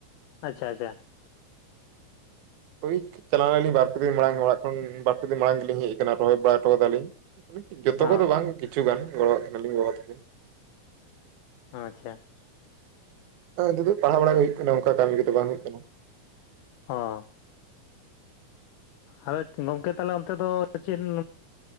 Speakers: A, on the left (about 85°); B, on the right (about 75°).
A: ᱟᱪᱷᱟ-ᱟᱪᱷᱟ᱾
B: ᱦᱳᱭ ᱪᱟᱞᱟᱣ ᱞᱮᱱᱟᱞᱤᱧ ᱵᱟᱨ ᱯᱮ ᱫᱤᱱ ᱢᱟᱲᱟᱝ ᱚᱲᱟᱜ ᱠᱷᱚᱱ ᱵᱟᱨᱯᱮ ᱫᱤᱱ ᱢᱟᱲᱟᱝ ᱜᱮᱞᱤᱧ ᱦᱮᱡ ᱟᱠᱟᱱᱟ᱾ ᱨᱚᱦᱚᱭ ᱵᱟᱲᱟ ᱦᱚᱴᱚ ᱠᱟᱫᱟᱞᱤᱧ। ᱡᱚᱛᱚ
A: ᱚ
B: ᱠᱚᱫᱚ ᱵᱟᱝ ᱠᱤᱪᱷᱩᱜᱟᱱ ᱜᱚᱲᱚᱣᱟᱜ ᱠᱤᱱᱟᱞᱤᱧ ᱜᱚᱜᱚ ᱛᱟᱹᱠᱤᱱ।
A: ᱟᱪᱷᱟ᱾
B: ᱟᱨ ᱡᱩᱫᱤ ᱯᱟᱲᱦᱟᱣ ᱵᱟᱲᱟ ᱜᱮ ᱦᱩᱭᱩᱜ ᱠᱟᱱᱟ ᱚᱱᱠᱟ ᱠᱟᱹᱢᱤ ᱠᱚᱫᱚ ᱵᱟᱝ ᱦᱩᱭᱩᱜ ᱠᱟᱱᱟ।
A: ᱦᱚᱸ᱾ ᱟᱫᱚ ᱜᱚᱝᱠᱮ ᱛᱟᱦᱚᱞᱮ ᱚᱱᱛᱮ ᱫᱚ ᱪᱮᱫ ᱼᱼ